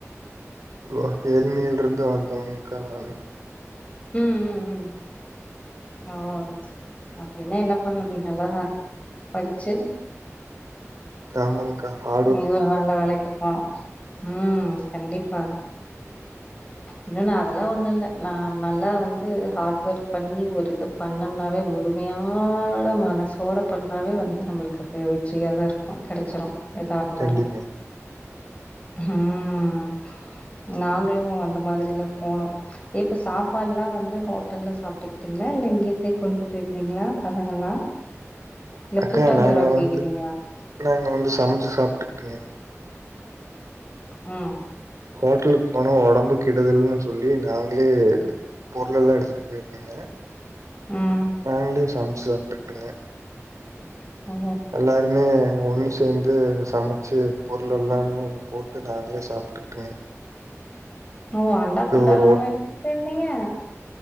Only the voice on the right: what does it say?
வுவா ஏழ்மைல்ருந்து வந்தவங்க்கா நானு
கா ஆமாங்க்கா ஆ
கண்டிப்பாங்க.
அக்கா
நாங்க
வந்து நாங்க வந்து சமச்சு சாப்ட்டுக்டங்க
ஹோட்டலுக் போன ஒடம்பு கெடுதல்னு நாங்ளே பொருள் எல்லா எடுத்துட்டு போயிருந்தங்க
நாங்ளே சமச்சு சாப்ட்டுக்டங்க
எல்லாருமே ஒன்னுச சேந்து சமச்சு பொருள் எல்லாமே போட்டு நாங்ளே சாப்ட்டுக்டங்க
ஒரு ஒட்